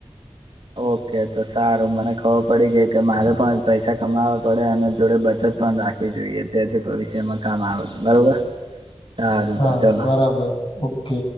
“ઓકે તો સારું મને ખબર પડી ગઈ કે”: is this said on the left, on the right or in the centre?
Right